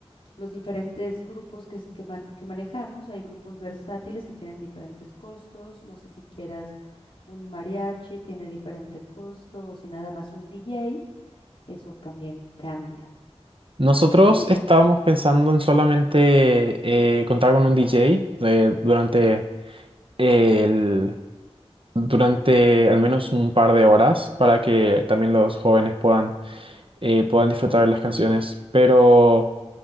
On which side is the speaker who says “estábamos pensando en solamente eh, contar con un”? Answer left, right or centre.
Right